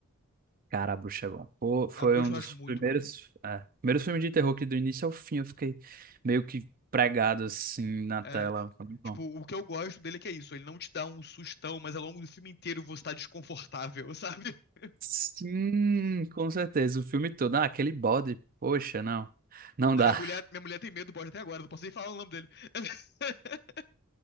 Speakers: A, on the right (about 40°); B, on the left (about 50°).
A: Cara, a Bruxa é bom. Pô, foi
B: A Bruxa
A: um dos
B: eu acho muito
A: primeiros,
B: bom.
A: é, primeiros filmes de terror que do início ao fim eu fiquei meio que pregado assim na
B: É,
A: tela. Foi muito bom.
B: tipo, o que eu gosto dele é que é isso, ele não te dá um sustão, mas ao longo do filme inteiro você tá desconfortável, sabe? <laughs>
A: Sim, com certeza. O filme todo. Ah, aquele bode. Poxa, não. Não
B: Minha
A: dá.
B: mulher, minha mulher tem medo do bode até agora, não posso nem falar o nome dele. <laughs>